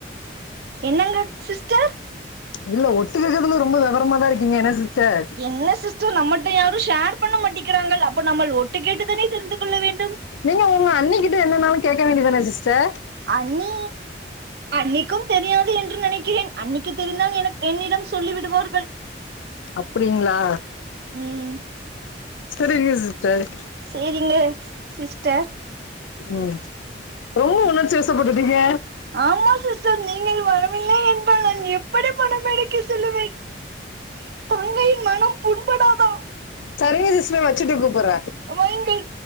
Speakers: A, on the right (about 55°); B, on the left (about 80°).
A: என்னங்க சிஸ்டர்
B: இல்ல ஒட்டுக்கேக்கிறதுல ரொம்ப வெவரமா தா இருக்கீங்க என்ன சிஸ்டர்
A: என்ன சிஸ்டர் நம்மல்ல யாரு ஷேர் பண்ண மாட்டேக்கிறாங்கள் அப்ப நம்பள் ஒட்டு கேட்டு தானே தெரிந்து கொள்ள வேண்டும்
B: நீங்க உங்க அண்ணிக்கிட்ட என்னனாளு கேட்க வேண்டியதுதான சிஸ்டர்
A: அண்ணி அண்ணிக்கும் தெரியாது என்று நினைக்கிறேன் அண்ணிக்கு தெரிந்தால் எனக் என்னிடம் சொல்லி விடுவார்கள்
B: அப்டிங்களா
A: ம்
B: செரிங்க சிஸ்டர்
A: சேரிங்க சிஸ்டர்
B: ம் ரொம்ப உணர்ச்சி வசப்பட்டுட்டீங்க
A: ஆமா சிஸ்டர் நீங்கள் வரவில்லை என்றால் நான் எப்படி பணம் எடுக்க செல்லுவேன் <unintelligible> புண்படாதா
B: செரிங்க சிஸ்டர் வெச்சுட்டு கூப்புடுற
A: வையுங்கள்